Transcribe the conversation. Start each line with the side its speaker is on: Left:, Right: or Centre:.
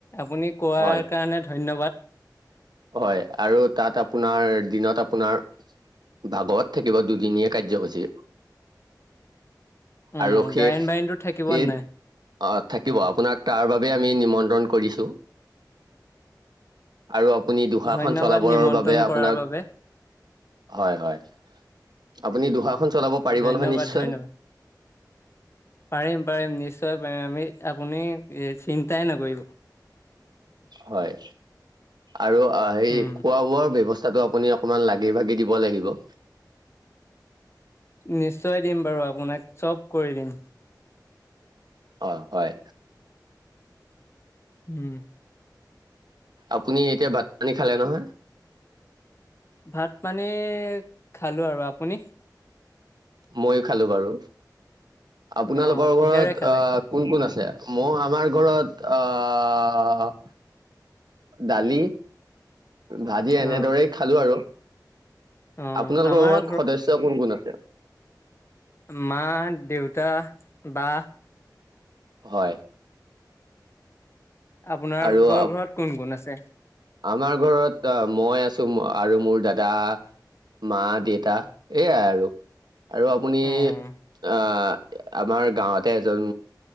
Left: আপুনি কোৱাৰ
Right: হয়
Left: কাৰণে ধন্যবাদ।
Right: হয়, আৰু তাত আপোনাৰ দিনত আপোনাৰ ভাগৱত থাকিব দুদিনীয়া কাৰ্যসূচী।
Left: উম
Right: আৰু সেষ
Left: গায়ন বায়নটো থাকিব
Right: সেই
Left: নে নাই
Right: অ', থাকিব আপোনাক তাৰ বাবে আমি নিমন্ত্ৰ ণ কৰিছো। আৰু আপুনি দুশাখন
Left: ধন্যবাদ
Right: চলাবৰ
Left: নিমন্ত্ৰণ
Right: বাবে আপোনাক,
Left: কৰাৰ বাবে
Right: হয় হয় আপুনি দুহাৰখন চলাব পাৰিব
Left: ধন্যবাদ
Right: নহয় নিশ্চয়?
Left: ধন্যবাদ পাৰিম পাৰিম নিশ্চয় পাৰিম আমি আপুনি এই চিন্তাই নকৰিব।
Right: হয় আৰু হে
Left: উম
Right: খোৱা বোৱাৰ ব্যৱস্থা <unintelligible> টো আপুনি অকমান লাগি ভাগি দিব লাগিব।
Left: নিশ্চয় দিম বাৰু আপোনাক চব কৰি দিম।
Right: অ', হয়,
Left: উম,
Right: আপুনি এতিয়া ভাত পানী খালে নহয়?
Left: ভাত পানী খালোঁ আৰু আপুনি?
Right: ময়ো খালো বাৰু আপোনালোকৰ
Left: অ কিহেৰে
Right: ঘৰত
Left: খালে
Right: অ, কোন কোন আছে? মোৰ আমাৰ ঘৰত আহ দালি। ভাজি এনেদৰেই
Left: অ
Right: খালো আৰু।
Left: অ
Right: আপোনালোকৰ
Left: আমাৰ
Right: ঘৰত সদস্য় কোন কোন আছে?
Left: মা, দেউতা, বা।
Right: হয়,
Left: আপোনালোকৰ
Right: আৰু আপ-
Left: ঘৰত কোন কোন আছে?
Right: আমাৰ ঘৰত মই আছো আৰু মোৰ দাদা মা, দেউতা, এইয়াই আৰু আৰু আপুনি
Left: উম
Right: আ আমাৰ গাঁৱতে এজন